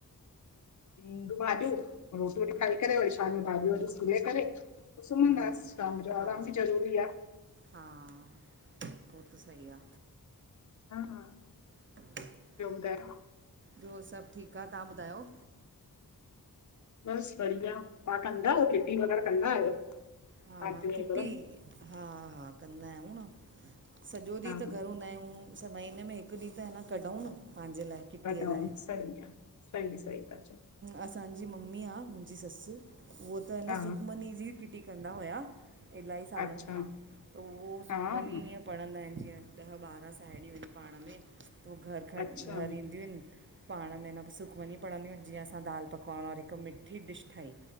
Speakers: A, on the left; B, on the right.
A: ईंदी भाॼियूं, रोटी वोटी खाई करे वरी शाम भाॼियूं वाॼियूं सीले करे सुम्हंदासीं
B: हा
A: शाम जो
B: हा
A: आरामु बि जरूरी आ।
B: हा, उहो त सही आ।
A: हा हा
B: <unintelligible>
A: ॿियो ॿुधायो?
B: ॿियो सभु ठीकु आ तहां ॿुधायो?
A: बस बढ़िया, तहां कंदा आहियो किटी वगैरह कंदा आहियो?
B: हा
A: पार्टी वग़ैरह
B: किटी हा हा कंदा आहियूं न। सॼो ॾींहुं
A: हा
B: त
A: हा
B: घर हूंदा आहियूं महिने में हिकु ॾींहुं त हिन कढूं न पंहिंजे लाइ किटीअ
A: कढऊं
B: लाइ।
A: सही आ, सही सही ता चओ।
B: असांजी मम्मी आ मुंहिंजी ससु उहा त अन
A: हा
B: सुखमनी जी किटी कंदा हुया इलाही सालनि
A: अच्छा
B: खां पो उहो
A: हा
B: सुखमनी ईअं पढ़ंदा आहिनि जीअं ॾह ॿारहं साहेड़ियूं आहिनि पाण में त उहे घरु खण
A: अच्छा
B: घरु ईंदियूं आहिनि पाण मे न सुखमणी पढ़ंदियूं आहिनि जीअं असां दालि पकवान और हिक मिठी डिश ठाही